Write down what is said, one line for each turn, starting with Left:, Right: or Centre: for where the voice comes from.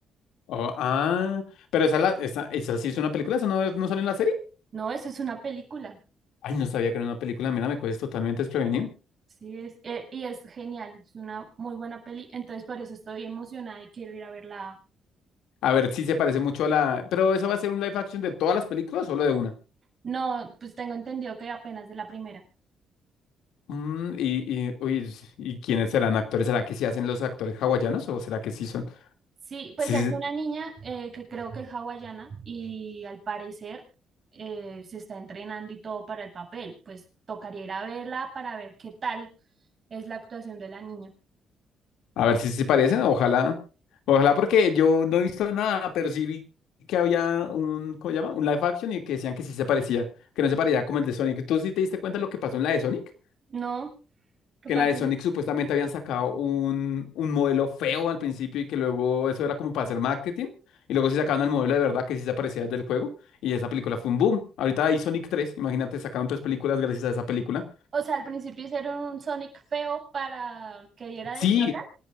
Left: Oh, ah, pero esa, la, esa, esa sí es una película, esa no, es- no sale en la serie.
Right: No, eso es una película.
Left: Ay, no sabía que era una película, mira, me coges totalmente desprevenido.
Right: Sí, es eh, y es genial, es una muy buena peli, entonces por eso estoy emocionada y quiero ir a verla.
Left: A ver, sí se parece mucho a la. Pero ¿esa va a ser un live action de todas las películas o solo de una?
Right: No, pues tengo entendido que apenas de la primera.
Left: Mm, y, y, uy, ¿y quiénes serán actores? ¿Será que sí hacen los actores hawaianos o será que sí son?
Right: Sí, pues
Left: Sí,
Right: es una niña eh, que creo que es hawaiana y al parecer eh, se está entrenando y todo para el papel. Pues tocaría ir a verla para ver qué tal es la actuación de la niña.
Left: A ver si se parecen, ojalá. Ojalá porque yo no he visto nada, pero sí vi que había un, ¿cómo se llama? Un live action y que decían que sí se parecía, que no se parecía como el de Sonic. ¿Tú sí te diste cuenta de lo que pasó en la de Sonic?
Right: ¿No? ¿Qué
Left: Que
Right: pasó?
Left: en la de Sonic supuestamente habían sacado un, un modelo feo al principio y que luego eso era como para hacer marketing. Y luego sí sacaron el modelo de verdad que sí se parecía al del juego. Y esa película fue un boom. Ahorita hay Sonic tres, imagínate, sacaron tres películas gracias a esa película.
Right: O sea, al principio hicieron un Sonic feo para que diera de
Left: Sí,
Right: qué hablar.